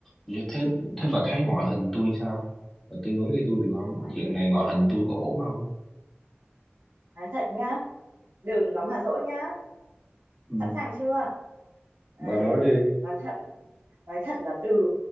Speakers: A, in the centre; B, on the right.
A: như thế thế bà thấy ngoại hình tôi sao? Bà tư vấn cho tôi được không?
B: ngoại
A: Dạng
B: hình
A: này ngoại hình tôi có ổn không?
B: nói thật nhá đừng có mà dỗi nhá
A: Ừ,
B: sẵn sàng chưa này
A: bà nói đi.
B: nói thật nói thật là từ